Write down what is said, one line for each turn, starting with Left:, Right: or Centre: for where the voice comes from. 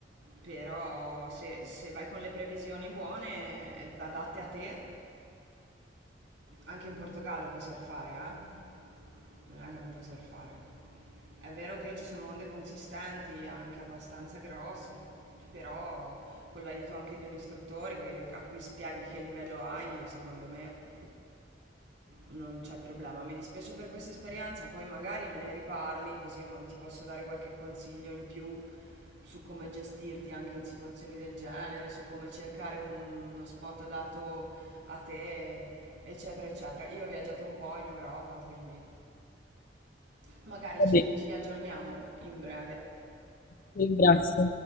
Right: però se, se vai con le previsioni buone, eh, adatte a te, anche in Portogallo puoi surfare, eh? Non è che non puoi surfare. È vero che ci sono onde consistanti, anche abbastanza grosse, però con l'aiuto anche di un istruttore che- a cui spieghi che livello hai, secondo me non c'è problema. Mi dispiace per questa esperienza, poi magari me ne riparli, così mo- ti posso dare qualche consiglio in più su come gestirti anche in situazioni del genere, su come cercare un- uno spot adatto a te, eccetera, eccetera. Io ho viaggiato un po' in Europa, quindi magari
Left: Va
Right: ci
Left: bene,
Right: ci aggiorniamo in breve.
Left: ti ringrazio.